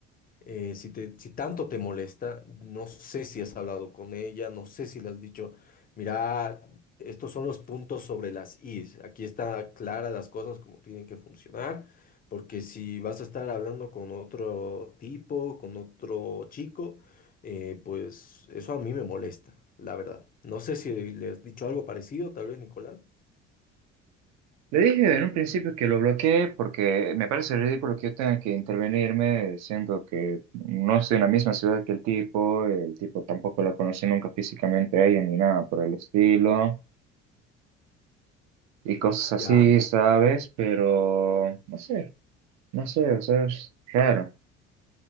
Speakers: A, on the left; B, on the right.
A: Eh, si te, si tanto te molesta, no sé si has hablado con ella, no sé si le has dicho, mira, estos son los puntos sobre las is, aquí está clara las cosas como tienen que funcionar, porque si vas a estar hablando con otro tipo, con otro chico, eh, pues eso a mí me molesta, la verdad. No sé si le has dicho algo parecido, tal vez, Nicolás.
B: le dije en un principio que lo bloqueé porque me parece ridículo que yo tenga que intervenirme, siendo que no estoy en la misma ciudad que el tipo, el tipo tampoco la conocí nunca físicamente a ella ni nada por el estilo y cosas
A: Ya.
B: así, ¿sabes? Pero no sé. No sé, o sea, es raro.